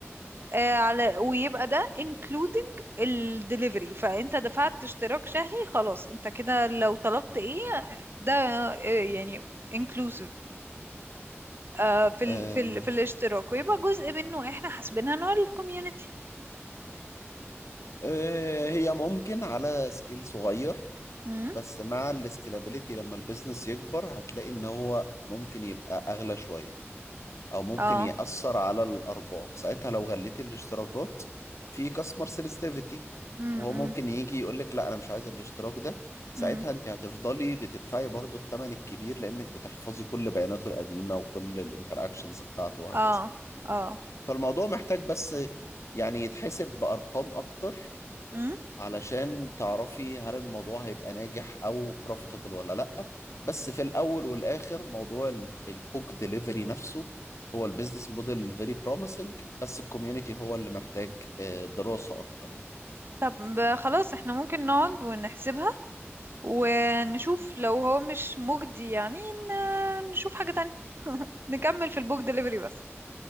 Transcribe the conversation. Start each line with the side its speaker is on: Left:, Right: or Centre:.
Right: آه على ويبقى ده including الدليفري فانت دفعت اشتراك شهري خلاص انت كده لو طلبت ايه ده آه، يعني inclusive آه، في ال...
Left: أم.
Right: في ال... في الاشتراك ويبقى جزء منه احنا حاسبينها نوع الكوميونتي
Left: أه هي ممكن على سكيل صغير
Right: امم
Left: بس مع السكيلابيليتي لما البيزنس يكبر هتلاقي ان هو ممكن يبقى اغلى شوية او ممكن
Right: اه
Left: يأثر على الارباح ساعتها لو غليتي الاشتراكات في كاستمر سنسitivities
Right: امم
Left: هو ممكن يجي يقول لك لا انا مش عايز الاشتراك ده ساعتها
Right: امم
Left: انت هتفضلي بتدفعي برضو الثمن الكبير لانك بتحفظي كل بياناته القديمه وكل الانتراكشنز بتاعته وهكذا
Right: اه اه
Left: فالموضوع محتاج بس يعني يتحسب بارقام اكتر
Right: امم
Left: علشان تعرفي هل الموضوع هيبقى ناجح او بروفيتبل ولا لا بس في الاول والاخر موضوع البوك ديليفري نفسه هو البيزنس موديل فيري بروميسنج بس الكوميونتي هو اللي محتاج آه، دراسة اكتر يعني
Right: طب خلاص احنا ممكن نقعد ونحسبها ونشوف لو هو مش مجدي يعني ن- نشوف حاجة تانية <laughs> نكمل في البوك دليفري بس